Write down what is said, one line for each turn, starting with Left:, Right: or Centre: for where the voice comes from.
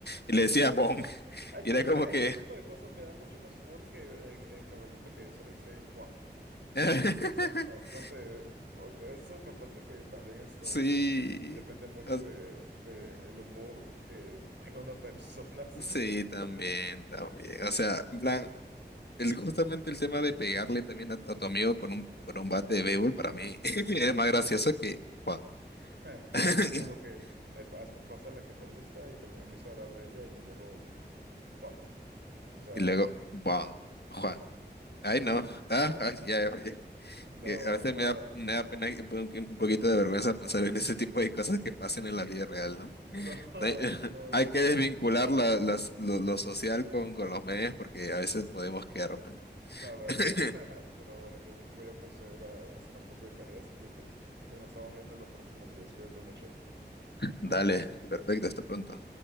Left: y le decía bonk.
Right: Ah, Escucha,
Left: Y era como que.
Right: ese tipo de cosas me da mucho más humor que el, el caballito que solo dice Juan.
Left: <laughs>
Right: Y, o sea, <laughs> no sé, o- eso me parece que también esto
Left: Sí,
Right: depende mucho
Left: o-
Right: de, de el humor que tenga una persona, <laughs> así
Left: sí,
Right: que
Left: también, también. O sea, en plan, el, justamente el tema de pegarle también a, a tu amigo con un, con un bate de béisbol para mí <laughs> es más gracioso que Juan.
Right: <laughs>
Left: <laughs>
Right: como que eh, pas- pasa la que te gusta y también empieza a hablar de ella y luego Juan. O sea,
Left: Y luego, Juan, Juan. Ay, no. Ah, ay, ya, ya,
Right: no,
Left: Que a veces
Right: no
Left: me da,
Right: da.
Left: me da pena y un, po- un poquito de vergüenza pensar en ese tipo de cosas que pasan en la vida real, ¿no?
Right: No, <laughs>
Left: Hay, <laughs>
Right: no,
Left: hay
Right: ese
Left: que
Right: es el
Left: desvincular
Right: punto,
Left: la- las, lo, lo social con, con los medios porque a veces podemos quedar mal.
Right: la verdad.
Left: <laughs>
Right: <laughs> Pero bueno, yo voy a proceder a hacer un poco de tarea, así que pues nos estamos viendo en los próximos días. Cuídate mucho.
Left: Dale, perfecto, hasta pronto.